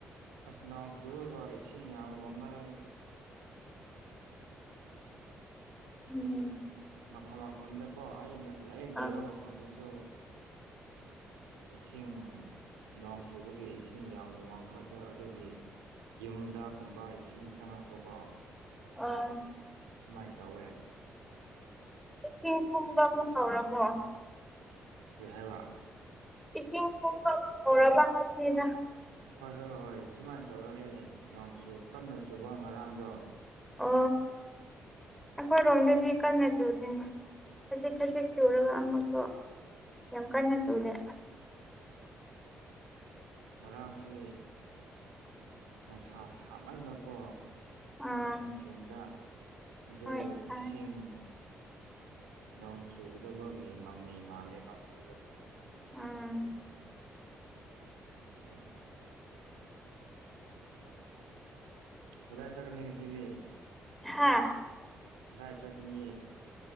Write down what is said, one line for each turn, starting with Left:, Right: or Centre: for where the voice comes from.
Right: ꯑꯁ ꯅꯅꯥꯎ ꯆꯨꯔꯒ ꯏꯁꯤꯡ ꯌꯥꯝ ꯋꯥꯡꯈꯠꯂꯦ
Centre: ꯎꯝ
Right: ꯃꯐꯝ ꯃꯐꯝꯗꯀꯣ ꯑꯩꯅ ꯂꯩ ꯂꯩꯕ
Centre: ꯑꯥ
Right: ꯃꯐꯝꯗꯨꯁꯨ ꯏꯁꯤꯡ ꯅꯣꯡ ꯆꯨꯕꯒꯤ ꯏꯁꯤꯡ ꯌꯥꯝ ꯋꯥꯡꯈꯠꯈ꯭ꯔꯦ ꯑꯗꯨꯒꯤ ꯌꯨꯝꯗꯒꯨꯝꯕ ꯏꯁꯤꯡ ꯆꯪꯉꯛꯄꯀꯣ
Centre: ꯑꯥ
Right: ꯁꯨꯃꯥꯏꯅ ꯇꯧꯋꯦ
Centre: ꯏꯁꯤꯡ ꯀꯨꯝꯕꯕꯨ ꯀꯥꯎꯔꯕꯣ
Right: ꯍꯕ
Centre: ꯏꯁꯤꯡ ꯊꯨꯝꯕ ꯐꯥꯎꯔꯕ ꯍꯥꯏꯕꯅꯤꯅ
Right: ꯍꯣꯏ ꯍꯣꯏ ꯍꯣꯏ ꯁꯨꯃꯥꯏꯅ ꯇꯧꯔꯛꯑꯦ ꯅꯣꯡꯁꯨ ꯀꯟꯅ ꯆꯨꯕ ꯉꯔꯥꯡꯗꯣ
Centre: ꯑ ꯑꯩꯈꯣꯏꯔꯣꯝꯗꯗꯤ ꯀꯟꯅ ꯆꯨꯗꯦꯅꯦ ꯈꯖꯤꯛ ꯈꯖꯤꯛ ꯆꯨꯔꯒ ꯑꯃꯨꯛꯇꯣ ꯌꯥꯝ ꯀꯟꯅ ꯆꯨꯗꯦ
Right: ꯎ ꯉꯔꯥꯡꯁꯦ ꯅꯨꯡꯁꯥ ꯁꯥꯃꯟꯕꯀꯣ
Centre: ꯑꯥ
Right: ꯅꯨꯡꯊꯤꯤꯟꯗ ꯑꯗꯨ
Centre: ꯍꯣꯏ ꯁꯥꯏ
Right: ꯏꯁꯤꯡ ꯅꯣꯡ ꯆꯨꯒꯗꯕꯒꯤ ꯃꯃꯤ ꯃꯥꯜꯂꯦꯕ ꯑꯗꯨꯗ
Centre: ꯎꯝ
Right: ꯑꯣꯝ ꯀꯗꯥꯏ ꯁꯀꯅꯤꯡ ꯉ ꯁꯤꯗꯤ
Centre: ꯍꯥꯥ
Right: ꯏ ꯆꯀꯅꯤ